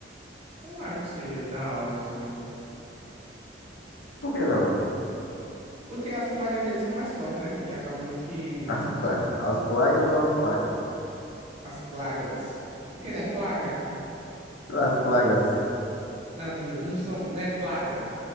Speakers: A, on the right (about 40°); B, on the left (about 75°).
A: Eu não acho que seja da hora assim, não.
B: Por que não?
A: Porque as plagas deles são mais fortes, né? E acabam meio que
B: <laughs>
A: machucando.
B: As, pla- as plagas ou as placas?
A: As plagas. O que, né? Plaga?
B: As plagas.
A: Não, tô dizendo, não são, não é plaga.